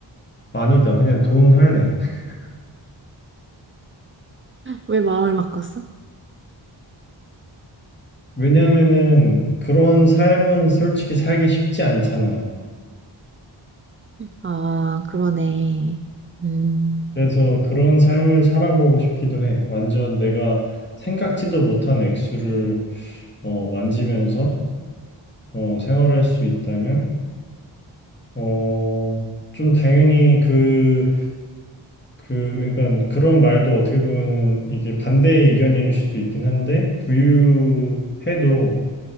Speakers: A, on the left; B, on the right.
A: 아니다. 그냥 돈 할래. <laughs>
B: 왜 마음을 바꿨어?
A: 왜냐면은 그런 삶은 솔직히 살기 쉽지 않잖아.
B: 아, 그러네. 음,
A: 그래서 그런 삶을 살아보고 싶기도 해. 완전 내가 생각지도 못한 액수를, 어, 만지면서, 어, 생활할 수 있다면, 어, 좀 당연히 그, 그, 그러니까 그런 말도 어떻게 보면 이게 반대의 의견일 수도 있긴 한데, 부유해도